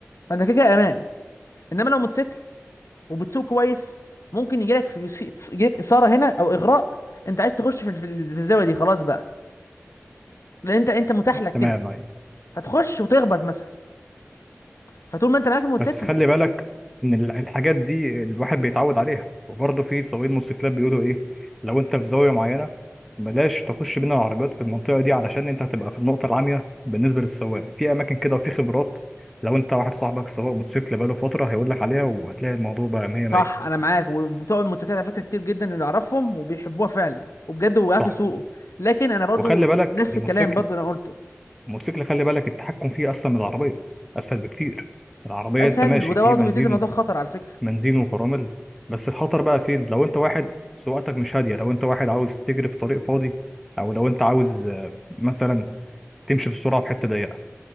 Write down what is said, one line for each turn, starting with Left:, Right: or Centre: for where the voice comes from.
Left: فانت كده كده امان انما لو موتوسيكل وبتسوق كويس ممكن يجيلك في يجيلك اثاره هنا او اغراء انت عايز تخش في في الزاويه دي خلاص بقى لان انت انت متاح لك
Centre: تمام
Left: كده
Centre: ايوه
Left: فتخش وتخبط مثلا فطول ما انت معاك الموتوسيكل
Centre: بس خلي بالك ان ال- الحاجات دي الواحد بيتعود عليها وبرضه في سواقين موتوسيكلات بيقولوا ايه لو انت في زاويه معينه بلاش تخش بين العربيات في المنطقه دي علشان انت هتبقى في النقطه العاميه بالنسبه للسواق في اماكن كده وفي خبرات لو انت واحد صاحبك سواق موتوسيكل بقاله فتره هيقول لك عليها وهتلاقي الموضوع بقى 100 100
Left: صح انا معاك وبتوع الموتوسيكلات على فكره كتير جدا اللي اعرفهم وبيحبوها فعلا وبجد وقف
Centre: صح
Left: يسوقوا لكن انا برضو
Centre: وخلي بالك
Left: نفس
Centre: الموتوسيكل
Left: الكلام برضو اللي انا قلته
Centre: الموتوسيكل خلي بالك التحكم فيه اسهل من العربيه اسهل بكتير العربية
Left: اسهل
Centre: أنت ماشي
Left: وده
Centre: في
Left: برضو
Centre: بنزين
Left: بيزيد الموضوع خطر على فكره
Centre: بنزين وفرامل بس الخطر بقى فين لو انت واحد سواقتك مش هاديه لو انت واحد عاوز تجري في طريق فاضي او لو انت عاوز آه، مثلا تمشي بسرعه في حته ضيقه